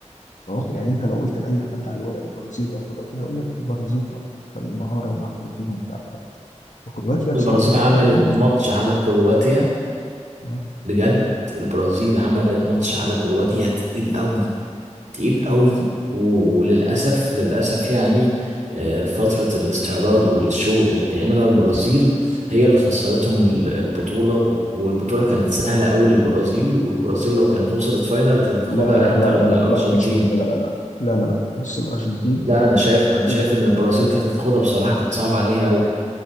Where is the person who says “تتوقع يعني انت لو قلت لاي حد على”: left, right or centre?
Left